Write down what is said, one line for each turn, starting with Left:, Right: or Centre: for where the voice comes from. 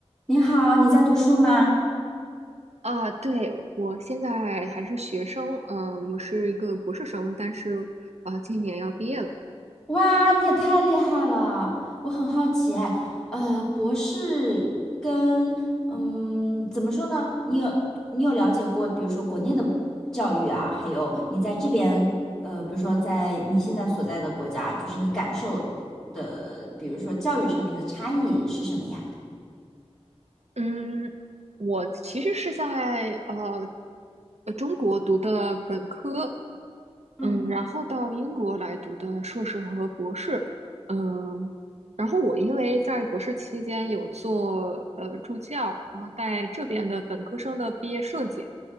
Centre: 你好，你在读书吗？
Right: 啊，对，我现在还是学生，嗯，我是一个博士生，但是啊，今年要毕业了。
Centre: 哇，你也太厉害了！我很好奇，哎，呃，博士跟嗯，怎么说呢？你有你有了解过，比如说国内的教育啊，还有你在这边，呃，比如说在你现在所在的国家，就是你感受的，比如说教育上面的差异是什么呀？
Right: 嗯，我其实是在呃呃中国读的本科，
Centre: 嗯
Right: 嗯，然后到英国来读的硕士和博士，嗯，然后我因为在博士期间有做呃助教，然后带这边的本科生的毕业设计，